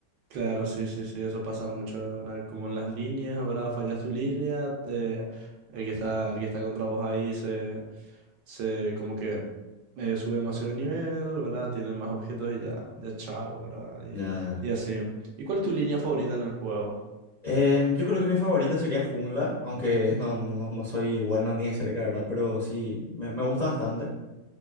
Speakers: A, on the right; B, on the left.
A: claro, sí, sí, sí, eso pasa mucho, ahora Como en las líneas, ahora fallas tu línea, eh, el que está, el que está contra vos ahí se, se como que eh, sube demasiado de nivel, ¿verdad? Tienen más objetos y ya, ya chao, ¿verdad?
B: Ya,
A: Y, y así. ¿Y cuál es tu línea favorita en el juego?
B: Em, yo creo que mi favorita sería jungla, aunque no, no, no- no soy bueno ni de cerca, ¿verdad? Pero sí, me, me gusta bastante.